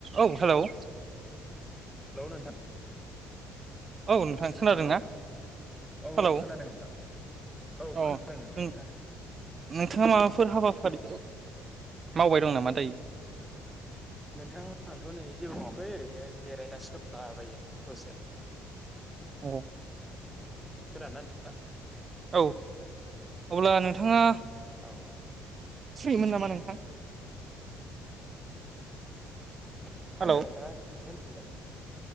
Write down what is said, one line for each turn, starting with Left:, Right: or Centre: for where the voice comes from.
Right: औ hello.
Centre: Hello नोंथां।
Right: औ नोंथां खोनादों
Centre: हेलौ
Right: ना
Centre: औ औ
Right: हेलौ।
Centre: खोनादों नोंथां औ
Right: अ
Centre: खोनादों नोंथां
Right: नों
Centre: खोनादों
Right: नोंथाङा माबाफोर हाबा फोर मावबाय दं नामा दायो?
Centre: नोंथां आंथ' नै जेबो मावाखै ओरैनो जिरायनानैसो दंला बायो दसे।
Right: औ
Centre: खोनादोंना नोंथांआ?
Right: औ अब्ला नोंथाङा
Centre: औ औ।
Right: सिरिमोन नामा नोंथां?
Centre: मा
Right: हेलौ
Centre: होनदों नोंथांङा खनसे होनफिनलाय।